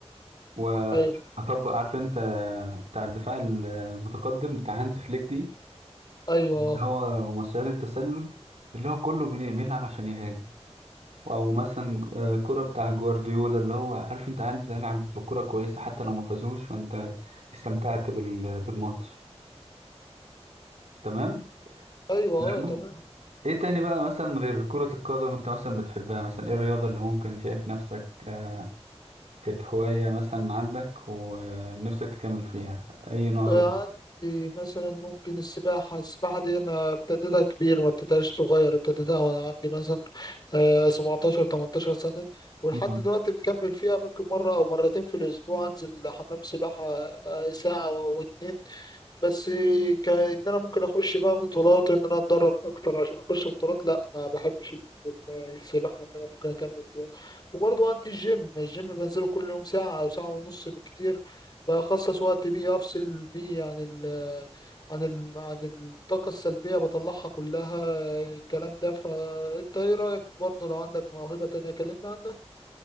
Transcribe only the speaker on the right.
وهطبق
عارف انت بتاع الدفاع المتقدم بتاع هانز فليك دي
اللي هو مصيدة التسلل اللي هو كله بي- بيلعب عشان يهاجم او مثلا آه، كرة بتاع جوارديولا اللي هو عارف انت قاعد بتلعب بكرة كويسة حتى لو ما فازوش فانت استمتعت بال- بالماتش تمام
لو-
ايه تاني بقى مثلا غير كرة القدم انت مثلا بتحبها مثلا ايه الرياضة اللي ممكن شايف نفسك آه، كانت هواية مثلا عندك ونفسك تكمل فيها اي نوع
رياضة